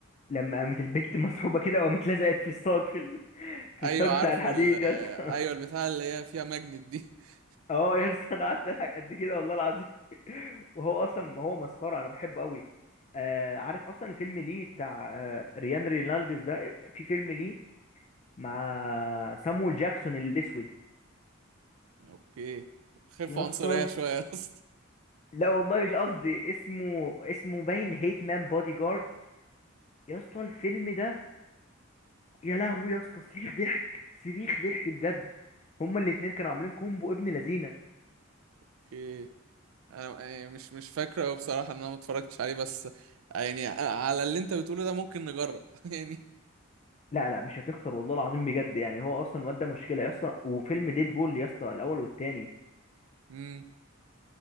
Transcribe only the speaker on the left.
لما قامت البت <laughs> مسحوبة كده وقامت لزقت في الصاج في ال... في
الصاج
بتاع الحديد
يا اسطى
<laughs> اه يا اسطى انا قعدت اضحك قد كده والله العظيم <laughs> وهو اصلا هو مسخرة انا بحبه قوي آه عارف اصلا الفيلم ليه بتاع آه ريان رينالديز ده في فيلم ليه مع سامويل جاكسون الاسود
يا اسطى
لا والله مش قصدي اسمه اسمه باين هيت مان بودي جارد يا اسطى الفيلم ده يا لهوي يا اسطى صريخ ضحك صريخ ضحك بجد هما الاتنين كانوا عاملين كومبو ابن لذينه
لا لا مش هتخسر والله العظيم بجد يعني هو اصلا الواد ده مشكله يا اسطى وفيلم ديد بول يا اسطى الاول والتاني